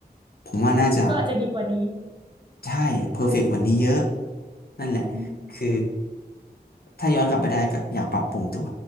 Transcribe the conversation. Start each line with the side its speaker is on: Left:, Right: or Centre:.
Left: ผมว่าน่าจะ
Right: ก็อาจจะดีกว่านี้
Left: ใช่เพอร์เฟกต์กวันนี้เยอะนั่นแหละคือ
Right: อ่า
Left: ถ้าย้อนกลับไปได้ก็อยากปรับปรุงตัว